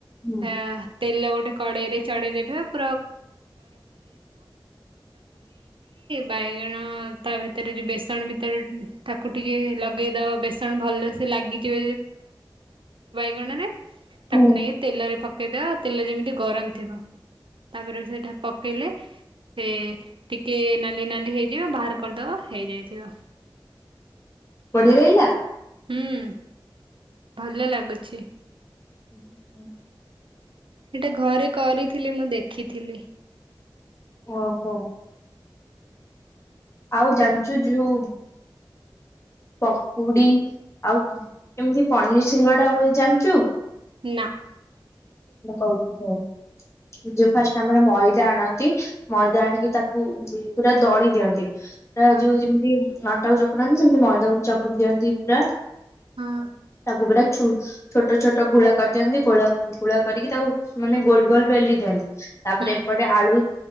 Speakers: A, on the left; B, on the right.
A: ହୁଁ
B: ସେ ତେଲ ଗୋଟେ କଡ଼େଇରେ ପ ବ ତା ଭିତରେ ଯୋଉ ବେସନ ଭିତରେ ତାକୁ ଟିକେ ଲଗେଇ ଦବା ବେସନ ଭଲ ସେ ଲାଗିଯିବ। ବଣ
A: ହୁଁ
B: ନେଇ କହିଦେଅ ତେଲ ଯେମିତି ଗରମ ଥିବ ତାପରେ ସେଟା ପକେଇଲେ ସେ ଟିକେ ନାଲି ନାଲି ହେଇ ଯବେ ବାହାର କରିଦବା ହେଇଯାଇଥିବ
A: ବଢିଆ ରହିଲା
B: ହୁଁ ଭଲ ଲାଗୁଛି।
A: ହ ହୁଁ।
B: ସେଇଟା ଘରେ କରିଥିଲି ମୁଁ ଦେଖିଥିଲି।
A: ଓହୋ। ଆଉ ଜାଣିଛୁ ଯିଉ ପକୁଡି ଆଉ କେମିତି ପନିର ସିଙ୍ଗଡା ହୁଏ ଜାଣିଛୁ?
B: ନା।
A: ମୁଁ କହୁଛି କଉ
B: ହ
A: ଯୋଉ ଫାଷ୍ଟ ଆମର ମଇଦା ଆଣନ୍ତି ମଇଦା ଆଣିକି ତାକୁ ପୁରା ଦଳି ଦିଅନ୍ତି। ତା
B: ହଁ
A: ଯୋଉ ଯେମିତି ଅଟା କ ଚକୁନ୍ତି ସେମିତି ମଇଦାକୁ ବି ଚକଟ ଦିଅନ୍ତି ପୁରା
B: ହଁ
A: ତାକୁ ପୁରା ଛୋଟ ଛୋଟ ଗୋଳା କରିଦିଅନ୍ତି ଗୋଳା ଗୋଳା କରିକି ତାକୁ ମାନେ ଗୋଲ ଗୋଲ ବେଲି ଦିଅନ୍ତି ତାପରେ
B: ହୁଁ
A: ଏପଟେ ଆଳୁ